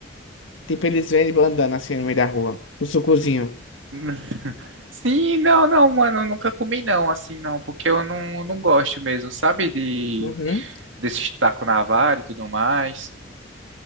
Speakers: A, on the left; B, on the right.
A: tipo, eles vendem andando assim no meio da rua. O sucozinho.
B: <laughs> Sim, não, não, mano, eu nunca comi não, assim, não, porque eu não, não gosto mesmo, sabe, de
A: Uhum.
B: desse taco na vara e tudo mais.